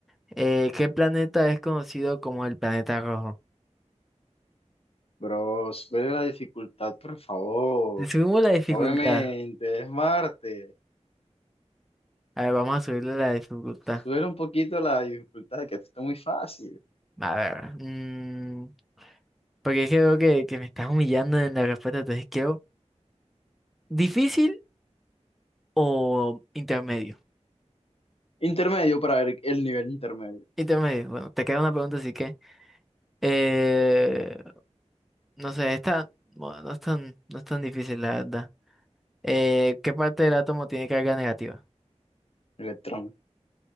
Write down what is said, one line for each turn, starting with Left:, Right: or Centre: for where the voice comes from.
Centre: Eh, ¿qué planeta es conocido como el planeta rojo?
Left: Bro, sube la dificultad, por favor.
Centre: Le subimos la dificultad.
Left: Obviamente, es Marte.
Centre: A ver, vamos a subirle la dificultad.
Left: Sube un poquito la dificultad, que esto está muy fácil.
Centre: A ver, mm, porque es que veo que, que me estás humillando en la respuesta, entonces quiero... ¿Difícil o intermedio?
Left: Intermedio para ver el nivel intermedio.
Centre: Intermedio, bueno, te queda una pregunta, así que... eh, no sé, esta... bueno, no es tan, no es tan difícil, la verdad. Eh, ¿qué parte del átomo tiene carga negativa?
Left: Electrón.